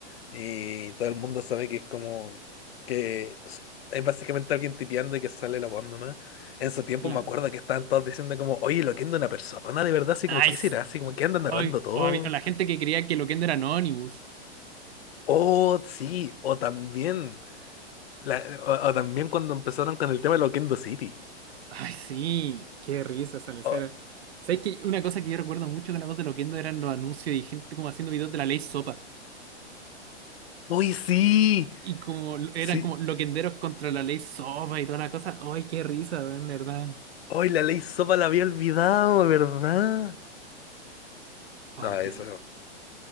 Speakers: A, on the left (about 60°); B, on the right (about 60°).
A: y todo el mundo sabe que es como que es es básicamente alguien tipeando y que sale la voz nomás. En su tiempo
B: Claro.
A: me acuerdo que estaban todos diciendo como, oye, Loquendo es una persona de verdad, así
B: Nice.
A: como, ¿qué será? Así como que andan
B: O,
A: narrando todo.
B: o había- o la gente que creía que Loquendo era Anonymous.
A: Oh, sí, o también, la- o, o también cuando empezaron con el tema de Loquendo City.
B: Ay, sí, qué risa esa lesera.
A: Oh,
B: ¿Sabes que Una cosa que yo recuerdo mucho con la voz de Loquendo eran los anuncios y gente como haciendo videos de la ley Sopa.
A: ¡Uy, sí!
B: Y como l- eran
A: Sí.
B: como loquenderos contra la ley Sopa y toda la cosa. Ay, qué risa, weón, de verdad.
A: ¡Uy, la ley sopa la había olvidado, ¿verdad?
B: Ay,
A: No,
B: qué
A: eso.
B: risa.
A: no.